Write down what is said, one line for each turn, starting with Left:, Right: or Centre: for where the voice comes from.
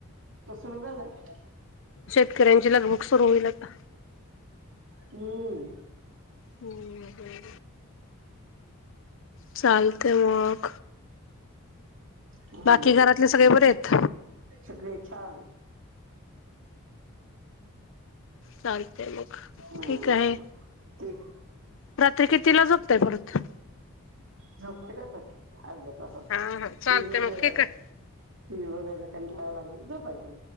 Right: दरबला आहे
Left: शेतकऱ्यांची लगभग सुरू होईल आता
Right: हम्म
Left: हम्म चालते मग
Right: हम्म
Left: बाकी घरातले सगळे बरे आहेत
Right: सगळे छान
Left: चालतेय मग
Right: हम्म
Left: ठीक आहे
Right: ते
Left: रात्री कितीला जपतय परत
Right: झोपतच होते अर्ध्या तासत
Left: हा हा चालतय
Right: त उमरे
Left: मग
Right: वला
Left: ठीक आहे.
Right: टी व्ही बघायच काण टाळायला लागल उद पाहिजो